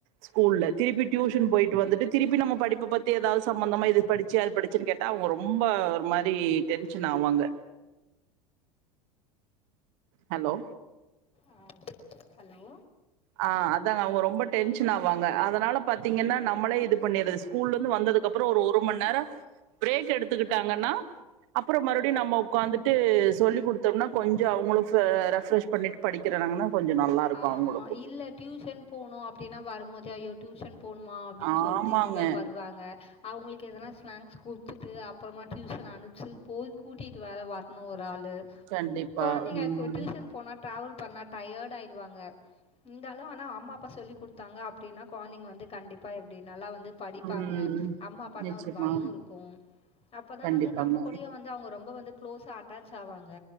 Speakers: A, on the right (about 60°); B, on the left (about 30°).
A: ஸ்கூல்ல திருப்பி டியூஷன் போயிட்டு வந்துட்டு திருப்பி நம்ம படிப்ப பத்தி ஏதாவது சம்பந்தமா இது படி ச்சியா அத படிச்சன்னு கேட்டா அவங்க ரொம்ப ஒரு மாரி டென்ஷன் ஆவாங்க ஹலோ
B: ஆ ஹலோ
A: ஆ அதா அவங்க ரொம்ப டென்ஷன் ஆவாங்க அதனால பாத்தீங்கன்னா நம்மளே இது பண்ணிரது ஸ்கூல்ல இருந்து வந்ததுக்கப்பறோ ஒரு மண்நேரம் ப்ரேக் எடுத்துக்கிட்டாங்கன்னா அப்பற மறுபடி நம்ம ஒக்காந்துட்டு சொல்லி குடுத்தோம்னா கொஞ்ச அவங்களு ப்ர ரெஃப்ரெஷ் பண்ணிட்டு படிக்கிறாங்கன்னா கொஞ்ச நல்லாருக்கு
B: ஆமா.
A: அவங்களு
B: இல்ல டியூஷன் போணு அப்டின்னா வரும்போதே அய்யோ டியூஷன் போணுமா அப்டின்
A: ஆமாங்க.
B: சொல்ட்டு இதுலே வருவாங்க அவங்களுக்கு எதனா ஸ்நாக்ஸ் குடுத்துட்டு அப்பறமா டியூஷன் அனுச்சி போய் கூட்டிட்டு வேற வரணு ஒரு ஆளு
A: கண்டிப்பா.
B: கொழந்தைங்க
A: ம்.
B: டியூசன் போனா ட்ராவல் பண்ணா டயர்ட் ஆயிடுவாங்க இருந்தாலு ஆனா அம்மாப்பா சொல்லி் குடுத்தாங்க அப்டின்னா கொழந்தைங்க வந்து கண்டிப்பா எப்டி நல்லா வந்து படிப்பாங்க
A: ம்.
B: அம்மா அப்பானா
A: நிச்சயமா.
B: ஒரு பயோ இருக்கு அப்பதா
A: கண்டிப்பாங்க.
B: வந்து நம்ம கூடிய வந் து அவங்க ரொம்ப வந்து க்ளோஸ்ஸா அட்டாட்ச் ஆவாங்க